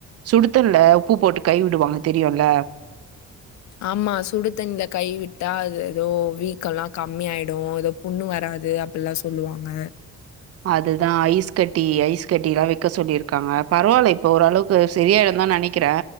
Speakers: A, on the right; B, on the left.
A: சுடுதண்ல உப்பு போட்டு கை விடுவாங்க தெரியுல்ல
B: ஆமா சுடு தண்ணில கைவிட்டா அது ஏதோ வீக்கலா கம்மியாயிடு எதோ புண்ணு வராது அப்பில்லா சொல்லுவாங்க
A: அதுதா ஐஸ் கட்டி ஐஸ் கட்டி எல்லா வெக்க சொல்லியிருக்காங்க பரவால்ல இப்ப ஓரளவுக் செரியாயிடு தா நெனைக்கிற